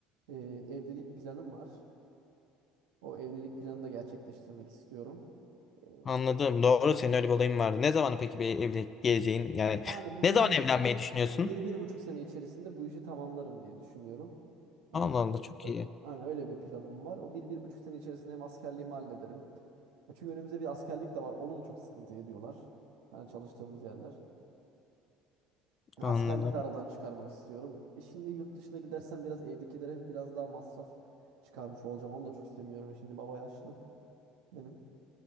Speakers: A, on the right; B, on the left.
A: e, evlilik planım var. O evlilik planını da gerçekleştirmek istiyorum. E,
B: Anladım. Doğru senin öyle bir olayın vardı. Ne zaman peki bir evlilik geleceğin yani
A: Yani
B: <laughs>
A: bu
B: ne
A: bir,
B: zaman
A: bir,
B: evlenmeyi düşünüyorsun?
A: bir, bir buçuk sene içerisinde bu işi tamamlarım diye düşünüyorum. Hani
B: Allah Allah çok
A: ö-
B: iyi.
A: hani öyle bir planım var. O bir, bir buçuk sene içerisinde hem askerliğimi hallederim. Ya Çünkü önümüzde bir askerlik de var. Onu da çok sıkıntı ediyorlar. Hani çalıştığımız yerler. Ya
B: Anladım.
A: Askerlik de aradan çıkarmak istiyorum. E şimdi yurt dışına gidersem biraz evdekilere biraz daha masraf çıkarmış olacağım. Onu da çok istemiyorum. E şimdi baba yaşlı benim.